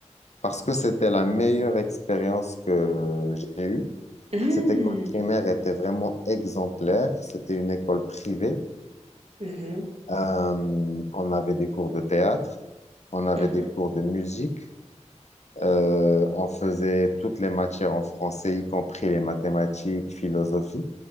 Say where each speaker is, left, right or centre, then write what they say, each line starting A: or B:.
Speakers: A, on the left; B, on the right.
A: Parce que c'était la meilleure expérience que j'ai eue.
B: Hmm,
A: Cette école primaire était vraiment exemplaire. C'était une école privée.
B: mhm,
A: Euh, on avait des cours de théâtre, on avait
B: mhm.
A: des cours de musique, euh, on faisait toutes les matières en français, y compris les mathématiques, philosophie.